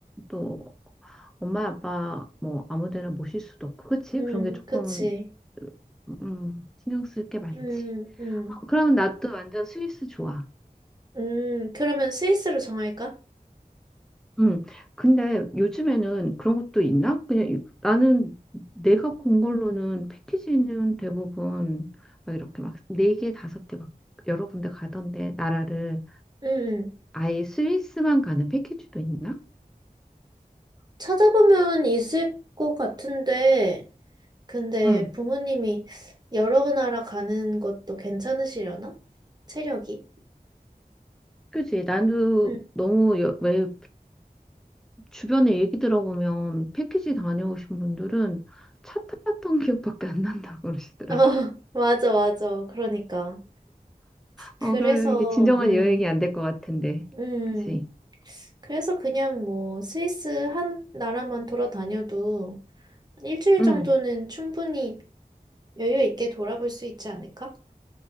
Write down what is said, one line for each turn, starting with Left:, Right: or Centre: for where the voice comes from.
Centre: 또 엄마, 아빠 뭐 아무 데나 모실 수도 없고. 그치?
Right: 음.
Centre: 그런 게 조금,
Right: 음. 그치.
Centre: 음, 신경 쓸게 많지.
Right: 음, 음,
Centre: 아, 그러면 나도 완전 스위스 좋아.
Right: 음, 그러면 스위스로 정할까?
Centre: 음, 근데 요즘에는 그런 것도 있나? 그냥 이- 나는 내가 본 걸로는 패키지는 대부분 막 이렇게 막 네 개, 다섯 개 막 여러 군데 가던데 나라를
Right: 음, 음.
Centre: 아예 스위스만 가는 패키지도 있나?
Right: 찾아보면 있을 것 같은데, 근데
Centre: 응.
Right: 부모님이 여러 나라 가는 것도 괜찮으시려나? 체력이?
Centre: 그지? 나도
Right: 음,
Centre: 너무 여- 왜 주변에 얘기 들어보면 패키지 다녀오신 분들은 차 탔던 기억밖에 안 난다고 <laughs>
Right: <laughs>
Centre: 그러시더라고.
Right: 어, 맞아, 맞아. 그러니까. 그래서,
Centre: 어, 그러면 이게 진정한
Right: 음,
Centre: 여행이 안 될 것 같은데,
Right: 음,
Centre: 그지?
Right: 그래서 그냥 뭐 스위스 한 나라만 돌아다녀도 한 일주일
Centre: 응.
Right: 정도는 충분히 여유 있게 돌아볼 수 있지 않을까?